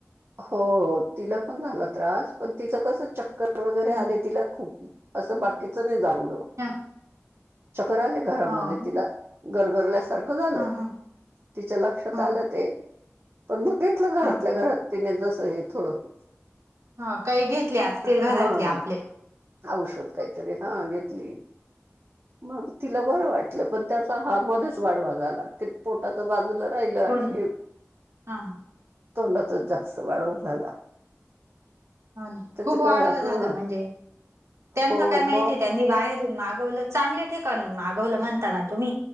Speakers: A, on the right (about 50°); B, on the right (about 75°).
A: हो तिला पण झाला त्रास पण तिचं कस चक्कंर वगैरे
B: हम्म
A: आले तिला खूप असं बाकीच नाय जानऊलं
B: हा
A: चक्कर आलेल घरामध्ये
B: हो ना
A: तिला गरगरल्यासारखं झालं
B: हा हा
A: तिच्या लक्षात
B: हा
A: आलं ते पण म घेतलं
B: हा
A: घरातल्या घरात तिने जस हे थोडं.
B: हा काही घेतले असतील
A: हा
B: घरातले आपले
A: औषध कायतरी हा घेतली. मग तिला बर वाटलं पण त्याचा हा मध्येच वाढवा झाला. पोटाच बाजूला राहिलं आणि
B: हो ना
A: हे
B: हा
A: तोंडाचांच जास्त वाढवा झाला.
B: हो ना
A: त्याच
B: खूप वाढ
A: का
B: झाला
A: ह
B: म्हणजे त्यांना
A: हो
B: काय माहितीय
A: मग
B: त्या नी बाहेरून मागवलं चांगले ठिकाणून मागवलं म्हणता ना तुम्ही